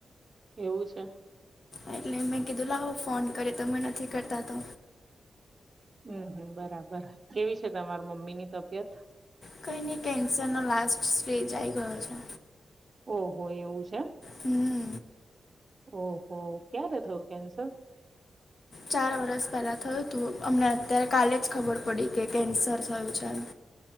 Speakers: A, on the right; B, on the left.
A: એવું છે?
B: એટલે મેં કીધું લાવ ફોન કર્યો તમે નથી કરતા તો
A: અમ હમ બરાબર. કેવી છે તમાર મમ્મીની તબિયત?
B: કઈની કેન્સરનો લાસ્ટ સ્ટેજ આઈ ગયો છે.
A: ઓહો એવું છે એમ?
B: હમ્મ.
A: ઓહો ક્યારે થયું કેન્સર?
B: ચાર વરસ પહેલા થયું તું અમને અત્યારે કાલે જ ખબર પડી કે કેન્સર થયું છે એમ.